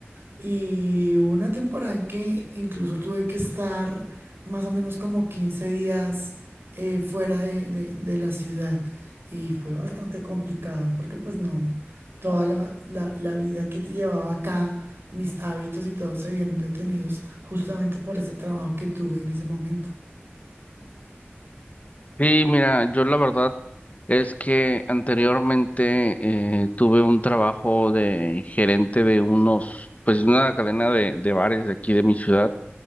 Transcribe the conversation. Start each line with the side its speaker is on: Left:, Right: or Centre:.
Right: Y hubo una temporada en que incluso tuve que estar más o menos como 15 días eh, fuera de, de- de la ciudad. Y fue bastante complicado porque pues no, toda la, la- la vida que te llevaba acá, mis hábitos y todo se vieron detenidos justamente por ese trabajo que tuve en ese momento.
Left: Sí, mira, yo la verdad Es que anteriormente eh, tuve un trabajo de gerente de unos, pues una cadena de, de bares de aquí de mi ciudad.